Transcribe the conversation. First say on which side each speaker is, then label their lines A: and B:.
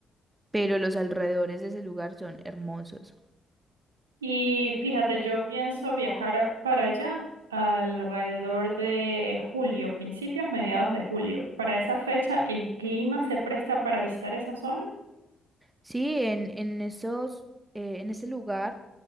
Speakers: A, on the right (about 15°); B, on the right (about 85°).
A: Pero los alrededores de ese lugar son hermosos.
B: Y fíjate, yo pienso viajar a- para allá alrededor de julio, principios, mediados de julio. Para esa fecha, ¿el clima se presta para visitar esa zona?
A: Sí, en, en esos, eh, en ese lugar.